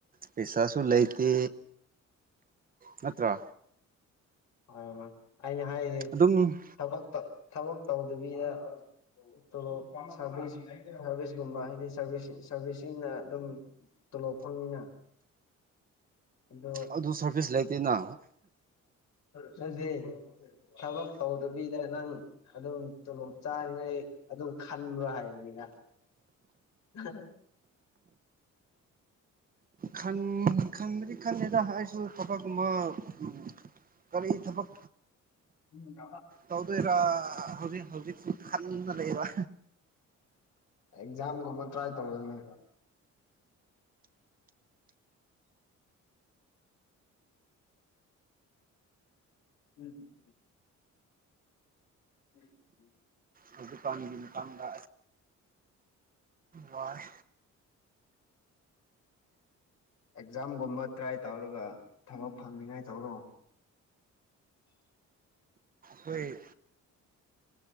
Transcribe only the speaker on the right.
ꯄꯩꯁꯥꯁꯨ ꯂꯩꯇꯦ ꯅꯠꯇ꯭ꯔꯥ
ꯑꯗꯨꯝꯅꯤ
ꯑꯗꯨ ꯁꯔꯚꯤꯁ ꯂꯩꯇꯦꯅ
ꯈꯟ ꯈꯟꯕꯗꯤ ꯈꯟꯗꯦꯗ ꯑꯩꯁꯨ ꯊꯕꯛꯒꯨꯝꯕ ꯎꯝ ꯀꯔꯤ ꯊꯕꯛ
ꯇꯧꯗꯣꯏꯔꯥ ꯍꯧꯖꯤꯛ ꯍꯧꯖꯤꯛꯁꯨ ꯈꯟꯅ ꯂꯩꯕ
ꯍꯧꯖꯤꯛꯀꯥꯟꯒꯤ ꯃꯇꯥꯡꯗ ꯋꯥꯏ
ꯈꫭꯏ